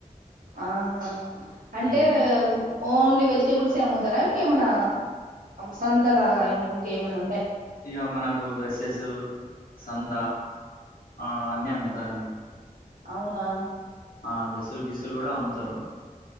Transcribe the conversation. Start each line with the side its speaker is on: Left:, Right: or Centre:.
Right: ఆహా అంటే
Left: మ్
Right: ఓన్లీ వెజిటేబుల్సే అమ్ముతారా ఇంకేమనా సంతలాగా ఇంకేమైన్నా
Left: ఇగ మనకు డ్రెస్సెస్ సంత ఆ అన్నీ అమ్ముతారండి
Right: అవునా
Left: ఆ డ్రెస్సులు గిస్సులు కూడా అమ్ముతారు